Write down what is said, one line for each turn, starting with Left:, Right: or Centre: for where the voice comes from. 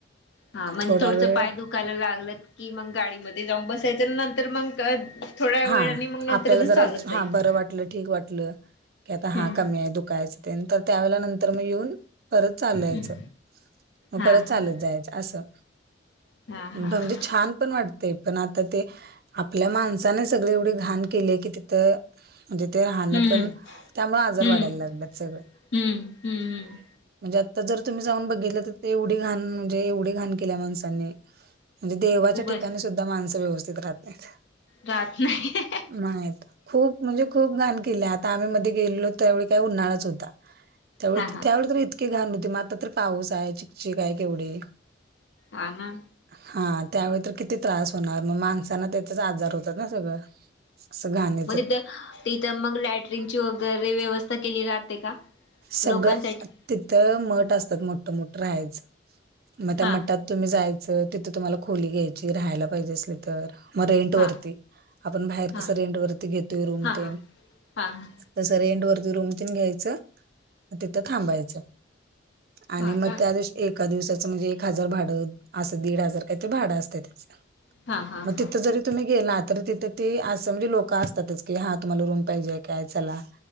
Left: हा म्हणजे
Right: थोडा
Left: थोडसं
Right: वेळ
Left: पाय दुखायला लागल की मग गाडीमध्ये जाऊन बसायचं आणि नंतर मग- थोड्या
Right: हा
Left: वेळाने मग नंतर
Right: आपल्याला
Left: अजून
Right: जरा
Left: चालत जाईल
Right: हा बरं वाटलं, ठीक वाटलं की आता
Left: हम्म
Right: हा कमी आहे दुख- खायच तेन तर त्यावेळेला नंतर मग येऊन- परत चालायचं,
Left: हम्म
Right: मग
Left: हा
Right: परत
Left: हा
Right: चालत जायचं असं.
Left: हा हा
Right: बंदी
Left: हा
Right: छान पण वाटतय पण आता ते आपल्या माणस- सानी सगळी एवढी घाण केलीय की तिथं- म्हणजे ते राहणं
Left: हम्म
Right: पण, त्यामुळ आजार
Left: हम्म
Right: वाढायला लागल्यात सगळं.
Left: हम्म, हम्म हम्म.
Right: म्हणजे आत्ता जर तुम्ही जाऊन बघितलं तर ते एवढी घाण म्हणजे एवढी घाण केल्या माणसांनी. म्हणजे देवाच्या
Left: खूपच
Right: ठिकाणी सुद्धा माणसं व्यवस्थित राहत नाहीत.
Left: रहात नाही ह ह ह.
Right: नाहीेत. खूप म्हणजे खूप घाण केल्या, आता आम्ही मध्ये गेलेलो त्यावेळी काय उन्हाळाच होता. त्यावेळी
Left: हा
Right: तरी
Left: हा
Right: त्यावेळी तरी इतकी घाण होती मग आत्ता तर पाऊस आहे चिकचिक आहे केवढी.
Left: हा ना.
Right: हा त्यावेळी तर किती त्रास होणार, मग माणसांना त्याचाच आजार होतात ना सगळं कसं घाण
Left: मग तिथं तिथं मग लॅट्रिंगची वगैरे व्यवस्था केली जाते का?
Right: सगळं.
Left: लोकांसाठी
Right: तिथ मठ असतात मोठं मोठं राहायचं मग, त्या
Left: हा
Right: मठात तुम्ही जायचं, तिथं तुम्हाला खोली घ्यायची, राहायला पाहिजे असली तर मग रेंट वरती.
Left: हा
Right: आपण बाहेर
Left: हा
Right: कस रेंट वरती घेतोय रूम
Left: हा
Right: तेन
Left: हा हा हा.
Right: तसं रेंट वरती रूम तेन घ्यायचं तिथं थांबायचं आणि
Left: हा
Right: मग
Left: का
Right: त्या दिवशी एका दिवसाचं म्हणजे एक हजार भाडं असं. दीड हजार काय ते भाडं असत त्याच.
Left: हा हा
Right: मग
Left: हा
Right: तिथं जरी तुम्ही गेला, तरी तिथे ते असं म्हणजे लोक असतातच की, हा तुम्हाला रूम पाहिजे काय चला